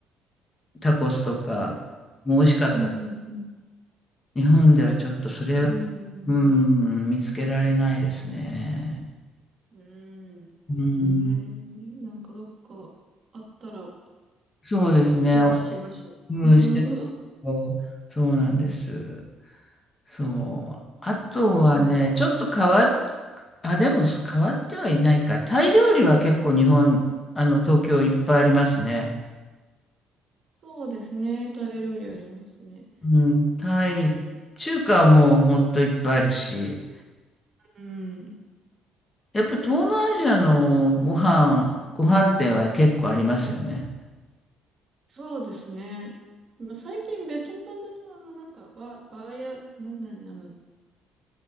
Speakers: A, on the left; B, on the right.
A: タコスとかも美味しかったです。
B: はい。うん、うん、うん、
A: 日本ではちょっとそれは、
B: うん、
A: うん、見つけられないですね。
B: うん、
A: うん、
B: うん、ねえなんかどっかあったら
A: そうですね。
B: シェアしましょう。
A: うん、
B: <laughs>
A: シェフとそうなんです。そう。あとはね、ちょっと変わり、あ、でも変わってはいないか。タイ料理は結構日本、あの、東京いっぱいありますね。
B: そうですね。タイ料理ありますね。
A: うん、タイ、中華はもうほんといっぱいあるし。
B: うん。
A: やっぱり東南アジアのご飯、ご飯店は結構ありますよね。
B: そうですね。まあ最近ベトナムのあの、なんか、バ、バーや、なんだね、あの、